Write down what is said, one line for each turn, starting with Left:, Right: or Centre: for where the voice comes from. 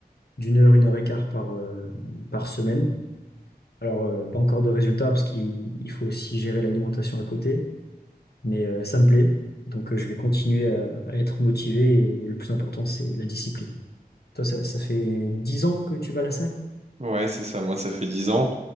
Left: d'une heure, une heure et quart par, euh, par semaine. Alors, euh, pas encore de résultats parce qu'il il faut aussi gérer l'alimentation à côté. mais euh, ça me plaît. Donc, euh, je vais continuer à, à être motivé et le plus important, c'est la discipline. Toi, ça, ça fait 10 ans que tu vas à la salle?
Right: Ouais, c'est ça. Moi, ça fait dix ans.